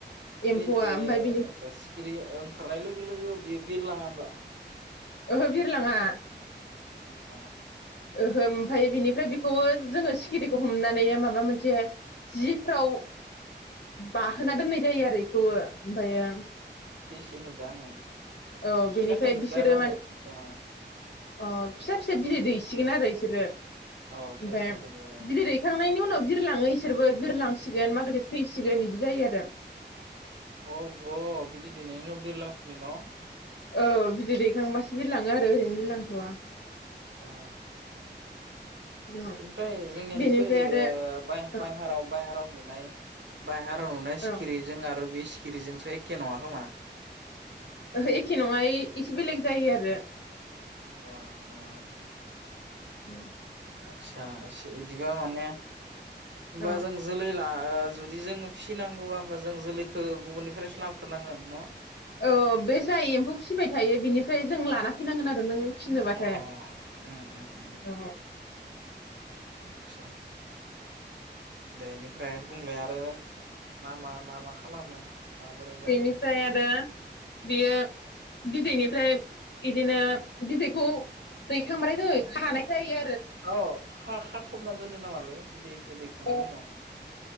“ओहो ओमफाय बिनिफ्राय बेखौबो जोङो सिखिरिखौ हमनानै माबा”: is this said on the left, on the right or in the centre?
Left